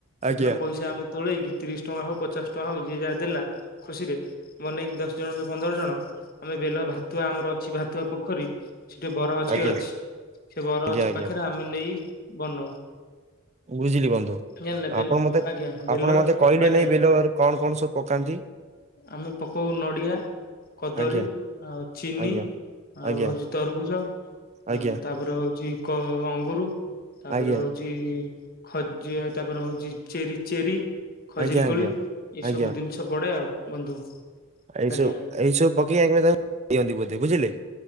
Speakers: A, on the left (about 45°); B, on the right (about 30°).
A: ସେଦିନ
B: ଆଜ୍ଞା
A: ପଇସା ଆମେ ତୋଳେଇକି ତିରିଶ ଟଙ୍କା ହଉ ପଚାଶ ଟଙ୍କା ହଉ ଯିଏ ଯାହା ଦେଲା। ଖୁସିରେ ବନେଇକି ଦଶ ଜଣ କି ପନ୍ଦର ଜଣ ଆମେ ବେଲ ବା ତୁଆ ଆମର ଅଛି ଭାତୁଆ ପୋଖରୀ ସେଠି ବରଗଛ
B: ଆଜ୍ଞା
A: ଟେ ଅଛି ସେ ବରଗଛ
B: ଆଜ୍ଞା ଆଜ୍ଞା
A: ପାଖରେ ଆ ଆମେ ନେଇ ବନଉ।
B: ବୁଝିଲି ବନ୍ଧୁ
A: ଜାଣିଲେ ବେଲ
B: ଆପଣ ମତେ
A: ଆଜ୍ଞା ବେଲ
B: ଆପଣ ମତେ କହିଲେ
A: ଆଜ୍ଞା।
B: ନାଇଁ ବେଲ କଣ କଣ ସବୁ ପକାନ୍ତି।
A: ଆମେ ପକଉ ନଡିଆ କଦଳୀ
B: ଆଜ୍ଞା
A: ଆଉ ଚିନି
B: ଆଜ୍ଞା।
A: ଆଉ
B: ଆଜ୍ଞା
A: ହଉଛି ତରଭୁଜ
B: ଆଜ୍ଞା
A: ନା
B: ଆଜ୍ଞା
A: ତା ତାପରେ ହଉଚି କ ଅଙ୍ଗୁର ତାପରେ
B: ଆଜ୍ଞା
A: ହଉଚି ଖଜିଆ ତାପରେ ହଉଚି ଚି ଚେରି ଚେରି ଖଜୁରୀ
B: ଆଜ୍ଞା
A: କୋଳି ଏଇ
B: ଆଜ୍ଞା
A: ସବୁ ଜିନିଷ ପଡେ ଆଉ ବନ୍ଧୁ।
B: ଏଇ
A: ଆଜ୍ଞା
B: ସବୁ ଏଇ ସବୁ ପକେଇ ଆ ତାକୁ ପିଅନ୍ତି ବୋଧେ ବୁଝିଲେ।